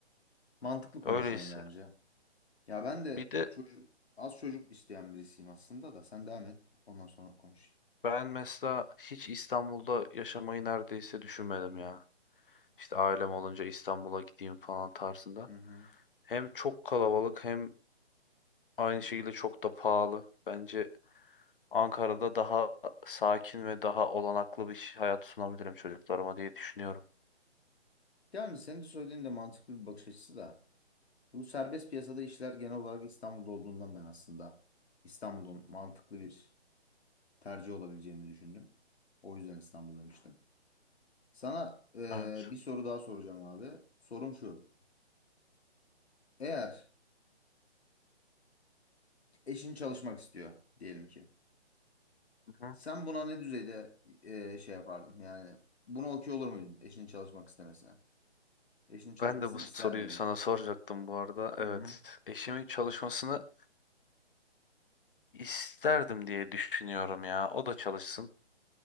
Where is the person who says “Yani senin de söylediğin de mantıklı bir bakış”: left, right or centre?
Left